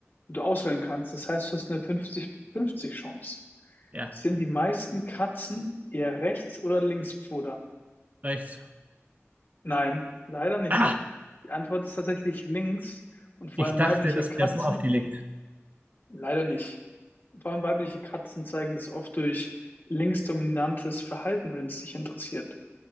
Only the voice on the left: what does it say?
die du auswählen kannst. Das heißt, du hast eine 50-50 Chance.
Sind die meisten Katzen eher Rechts- oder Linkspfoter?
Nein, leider nicht.
Die Antwort ist tatsächlich links und vor
allem
weibliche
Katzen
Leider nicht. Vor allem weibliche Katzen zeigen das oft durch linksdominantes Verhalten, wenn es dich interessiert.